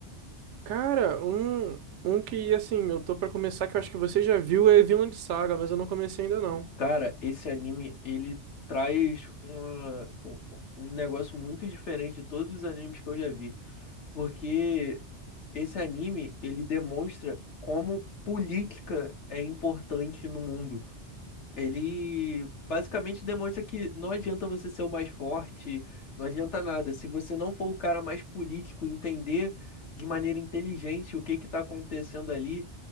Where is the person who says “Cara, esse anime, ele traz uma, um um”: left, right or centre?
Left